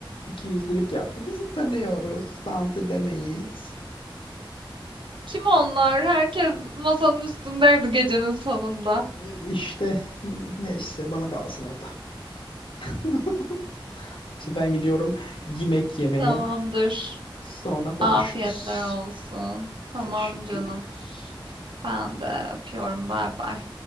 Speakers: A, on the left; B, on the right.
A: iki yüzlülük yaptı. Biz utanıyoruz dans edemeyiz.
B: Kim onlar? Herkes masanın üstündeydi gecenin sonunda.
A: E, İşte neyse bana kalsın o da. <laughs> İşte ben gidiyorum yemek yemeye.
B: Tamamdır.
A: Sonra konuşuruz.
B: Afiyetler olsun. Tamam
A: Teşekkürler.
B: canım. Ben de öpüyorum. Bay bay.